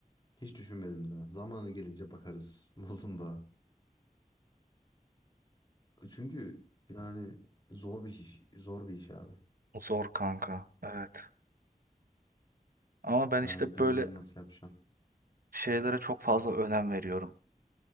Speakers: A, on the left; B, on the right.
A: hiç düşünmedim daha. Zamanı gelince bakarız <laughs> modunda. Çünkü yani zor bir iş, zor bir iş abi.
B: Zor kanka. Evet. Ama ben
A: Yani
B: işte
A: bilmiyorum
B: böyle
A: nasıl yapacağım.
B: şeylere çok fazla önem veriyorum.